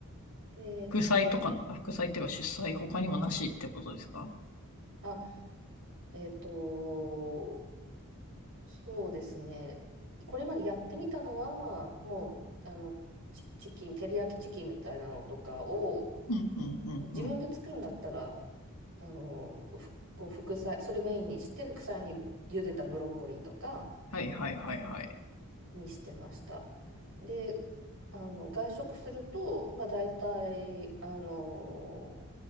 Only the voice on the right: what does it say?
で、
なん、あ、えっと、そうですね。これまでやってみたのは、もう、あの、チ、チキン、照り焼きチキンみたいなのとかを、
自分で作るんだったら、あの、ふこう副菜、それメインにして、副菜に茹でたブロッコリーとか
にしてました。で、あの、外食すると、まあ大体、あの、